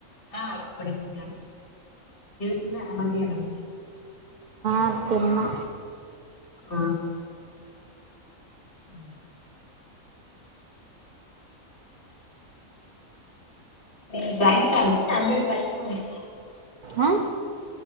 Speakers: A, on the left; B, on the right.
A: ఆ ఇప్పుడే తిన్నం తిన్నారా మధ్యనం
B: అ తిన్న
A: ఆ ఉ మీ జాయింట్ ఫ్యామిలీ అందరు కలిసి ఉంటుర
B: ఆ?